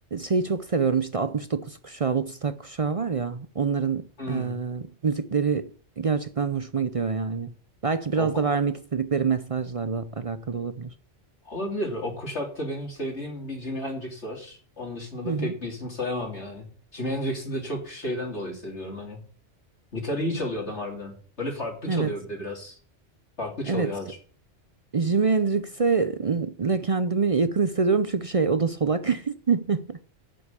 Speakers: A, on the right (about 40°); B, on the left (about 65°).
A: şeyi çok seviyorum işte 69 kuşağı, Woodstock kuşağı var ya onların
B: hmm,
A: e, müzikleri gerçekten hoşuma gidiyor yani. Belki biraz
B: o,
A: da vermek istedikleri mesajlarla alakalı olabilir.
B: Olabilir. O kuşakta benim sevdiğim bir Jimi Hendrix var. Onun dışında da
A: Hı hı.
B: pek bir isim sayamam yani. Jimi Hendrix'i de çok şeyden dolayı seviyorum hani. Gitarı iyi çalıyor adam harbiden. Böyle farklı
A: Evet.
B: çalıyor bir de biraz. Farklı çalıyor
A: Evet.
B: abi.
A: Jimi Hendrix'e le kendimi yakın hissediyorum çünkü şey o da solak. <laughs>